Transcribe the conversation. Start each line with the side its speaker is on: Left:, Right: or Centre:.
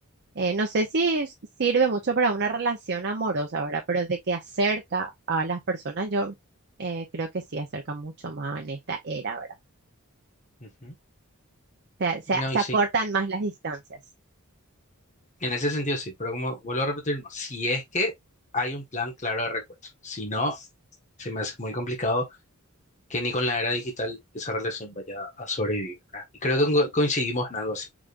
Right: Eh, no sé si s- sirve mucho para una relación amorosa, ¿verdad? Pero de que acerca a las personas, yo eh, creo que sí acerca mucho más en esta era, ¿verdad?
Left: Ujú.
Right: O sea, se,
Left: No,
Right: se
Left: y
Right: acortan
Left: sí,
Right: más las distancias.
Left: en ese sentido sí, pero como vuelvo a repetir, más, si es que hay un plan claro de reencuentro, si no, se me hace muy complicado que ni con la era digital esa relación vaya a sobrevivir, ¿verdad? Y creo que co- coincidimos en algo así.